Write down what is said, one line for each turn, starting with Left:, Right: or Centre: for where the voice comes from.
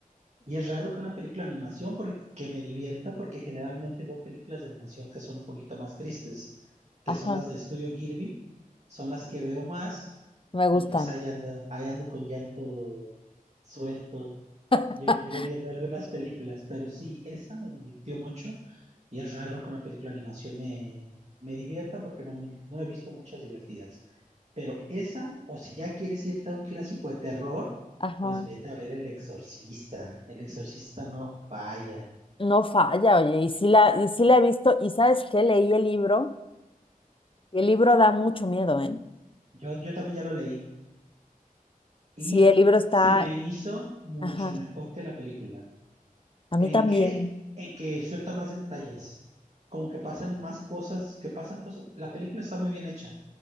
Right: Y es raro que una película de animación porque, que me divierta, porque generalmente veo películas de animación que son un poquito más tristes, que
Left: Ajá,
Right: son las del estudio Gilby, son las que veo más,
Left: me gustan.
Right: y pues ahí ando, ahí ando con llanto suelto.
Left: <laughs>
Right: Yo lloré viendo algo en las películas, pero sí, esa me divirtió mucho, y es raro que una película de animación me, me divierta porque no, me- no he visto muchas divertidas. Pero esa, o si ya quieres irte a un clásico de terror,
Left: Ajá,
Right: pues vete a ver El Exorcista. El Exorcista no falla.
Left: no falla, oye, y sí la, y sí la he visto, y ¿sabes qué? Leí el libro, y el libro da mucho miedo, ¿eh?
Right: Yo, yo también ya lo leí y
Left: Sí, el libro está,
Right: se me hizo mucho
Left: ajá,
Right: mejor que la película.
Left: a
Right: ¿En
Left: mí también,
Right: qué? En que suelta más detalles. Como que pasan más cosas, que pasan cosas. La película está muy bien hecha